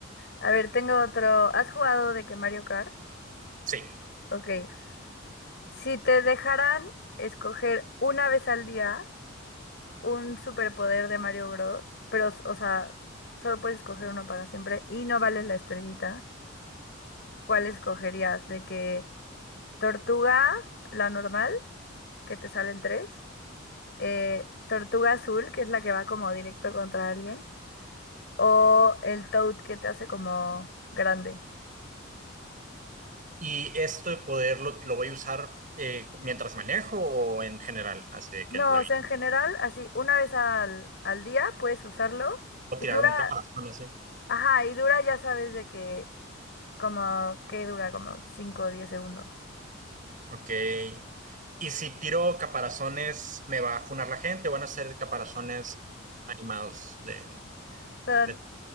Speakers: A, on the left; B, on the right.
A: A ver, tengo otro. ¿Has jugado de que Mario Kart?
B: Sí.
A: Ok. Si te dejaran escoger una vez al día un superpoder de Mario Bros, pero, o sea, solo puedes escoger uno para siempre y no vale la estrellita. ¿Cuál escogerías? De que tortuga, la normal, que te salen tres, eh, tortuga azul, que es la que va como directo contra alguien, o el toad que te hace como grande.
B: Y esto de poderlo, lo voy a usar eh, mientras manejo o en general, así de que
A: No,
B: en la
A: o
B: vida.
A: sea, en general, así, una vez al, al día puedes usarlo
B: O
A: y
B: tirar
A: dura,
B: un caparazón así.
A: ajá, y dura, ya sabes de que, como, que dura como 5 o 10 segundos. O
B: Ok. Y si tiro caparazones, ¿me va a funar la gente? o ¿Van a ser caparazones animados de,
A: sea,
B: de...